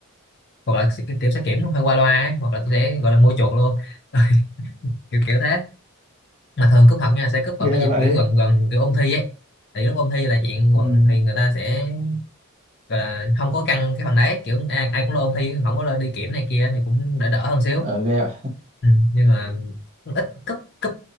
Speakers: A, on the left (about 50°); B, on the right (about 30°).
A: hoặc là sẽ- kiểu sẽ kiểm hơi qua loa ấy, hoặc là tôi sẽ gọi là mua chuột luôn <laughs> kiểu kiểu thế mà thường cúp học nha sẽ cúp vào
B: ghê
A: mấy dịp
B: vậy
A: kiểu gần gần kiểu ôn thi ấy thì lúc ôn thi là chuyện nguồn-
B: ừ
A: thì người ta sẽ gọi là không có căng cái phần đấy kiểu ai, ai cũng lo ôn thi không có lo đi kiểm này kia thì cũng đỡ đỡ hơn xíu
B: ở ghê vậy.
A: ừ. nhưng mà cũng ít cấp cấp